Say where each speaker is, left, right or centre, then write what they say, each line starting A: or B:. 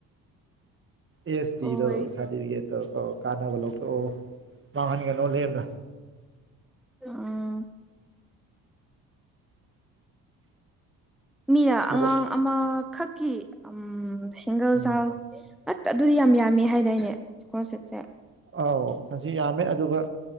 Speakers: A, in the centre; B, on the right.
A: <unintelligible>
B: ꯑꯦꯁ ꯇꯤꯗ
A: ꯍꯣꯏ
B: ꯁꯥꯔꯇꯤꯐꯤꯀꯦꯠꯇꯣ ꯀꯥꯟꯅꯕ ꯂꯧꯊꯣꯛꯑꯣ ꯃꯥꯡꯍꯟꯒꯅꯣ ꯂꯦꯝꯅ
A: ꯑꯥ ꯃꯤꯅ
B: ꯊꯕꯛ
A: ꯑꯉꯥꯡ ꯑꯃꯈꯛꯀꯤ ꯁꯤꯡꯒꯜ
B: ꯎꯝ
A: ꯆꯥꯏꯜ ꯑꯠ ꯑꯗꯨꯗꯤ ꯌꯥꯝ ꯌꯥꯝꯃꯤ ꯍꯥꯏꯗꯤꯏꯅꯦ ꯏꯁꯀꯣꯂꯥꯔꯁꯤꯞꯁꯦ
B: ꯑꯥꯎ ꯑꯁꯤ ꯌꯥꯝꯃꯦ ꯑꯗꯨꯒ